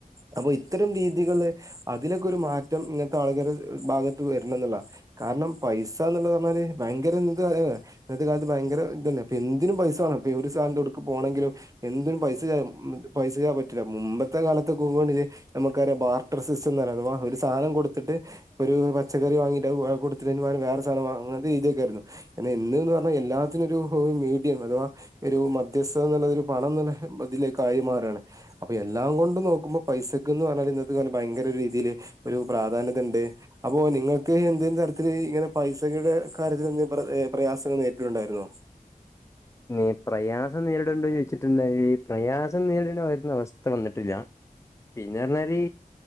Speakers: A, on the right; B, on the left.
A: അപ്പൊ ഇത്തരം രീതികള് അതിലൊക്കെ ഒരു മാറ്റം എന്നാ ആളുകള്‌ ഭാഗത്ത് വരണം എന്നുള്ള കാരണം പൈസനപറഞ്ഞാല് ഭയങ്കര എ ഇന്നത്തെ കാലത്ത് ഭയങ്കര ഇതന്നെ, അപ്പൊ എന്തിനും പൈസ വേണം ഇപ്പൊ ഒരു സാധനം എവ്ടുക്ക് പോണമെങ്കിലും എന്തിനും പൈസ ഉം പൈസല്ലാ മുമ്പത്തെ കാലത്ത് പോമണങ്കി നമുക്ക്ബാർട്ടർ സിസ്റ്റം അഥവാ ഒരു സാധനം കൊടുത്തിട്ട് ഒരു പച്ചക്കറി വാങ്ങീട്ട് കൊടുത്തിട്ടരു വേറെ സാനം അങ്ങനത്തെ രീതിയൊക്ക ആയിരുന്നു. എന്നാ ഇന്ന് പറഞ്ഞാ എല്ലാത്തിനും ഒരു മീഡിയം അഥവാ ഒരു മധ്യസ്ഥ എന്നുള്ള ഒരു പണം തന്നെ, അതിലേക്കായി മാറാണ്. അപ്പൊ എല്ലാം കൊണ്ട് നോക്കുമ്പോ പൈസക്കന്ന് പറഞ്ഞാല് ഇന്നത്തെ ഭയങ്കര രീതിയില് ഒരു പ്രാധാന്യതുണ്ട്. അപ്പൊ നിങ്ങൾക്ക് എന്തും തരത്തില്ൽ ഇങ്ങനെ പൈസയുടെ കാര്യത്തിൽ എന്ത് പ്രയാസങ്ങൾ നേരിട്ടിട്ടുണ്ടായിരുന്നോ?
B: നീ പ്രയാസം നേരിടേണ്ടന്ന് ചോദിച്ചിട്ടുണ്ട ഈ പ്രയാസം നേരിടേണ്ട വരുന്ന അവസ്ഥ വന്നിട്ടില്ല. പിന്നെ പറഞ്ഞാല്